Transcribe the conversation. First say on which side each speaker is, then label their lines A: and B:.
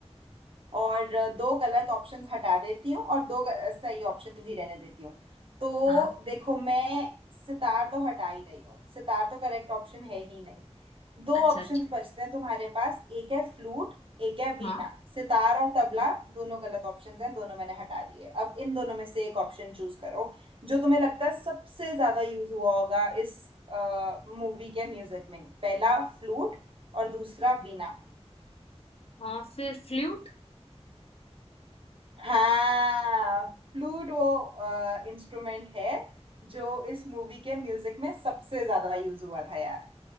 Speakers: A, on the right; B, on the left.
A: और अ, दो गलत ऑप्शंस हटा देती हूँ और दो ग- अ, सही ऑप्शंस ही रहने देती हूँ तो
B: हाँ
A: देखो मैं सितार तो हटा ही रही हूँ सितार तो करेक्ट ऑप्शन है ही नहीं दो
B: अच्छा
A: ऑप्शंस
B: अच्छा
A: बचते हैं तुम्हारे पास एक है फ्लूट एक है वीणा
B: हाँ।
A: सितार और तबला दोनों गलत ऑप्शंस हैं दोनों मैंने हटा दिए अब इन दोनों में से एक ऑप्शन चूज करो जो तुम्हें लगता है सबसे ज्यादा यूज हुआ होगा इस मूवी के म्यूजिक में पहला फ्लूट और दूसरा वीणा
B: हाँ फिर फ्लूट
A: हाँ फ्लूट वो इंस्ट्रूमेंट है जो इस मूवी के म्यूजिक में सबसे ज्यादा यूज हुआ था यार